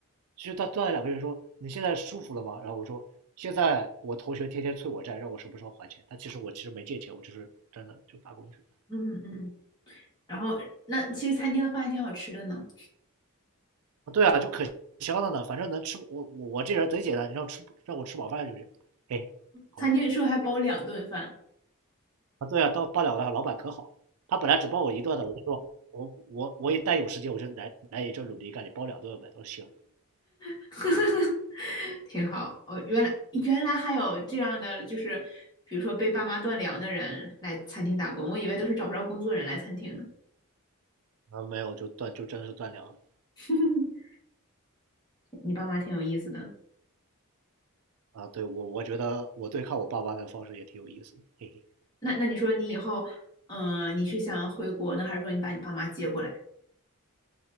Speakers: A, on the right; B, on the left.
A: 其实他断了两个月说，你现在舒服了吗？然后我说现在我同学天天催我债，让我什么时候还钱？他其实我其实没借钱，我就是真的就打工去。
B: 嗯嗯，然后那其实餐厅的饭还挺好吃的呢，
A: 啊，对啊，就可香了呢，反正能吃我我我这人贼简单，你让吃让我吃饱饭就行。嘿嘿，好呀。
B: 餐厅是不是还包两顿饭？
A: 啊，对啊，到罢了的老板可好了，他本来只包我一顿的，我就说我我我一旦有时间，我就来来你这努力干，你包两顿呗，都行，
B: <laughs> 挺好。哦，原来原来还有这样的，就是比如说被爸妈断粮的人来餐厅打工，我以为都是找不着工作人来餐厅呢。
A: 啊没有就断就真的是断粮
B: <laughs> 你爸妈挺有意思的。
A: 啊，对我我觉得我对抗我爸妈的方式也挺有意思的，嘿嘿，
B: 那那你说你以后，嗯、你是想回国呢，还是说你把你爸妈接过来？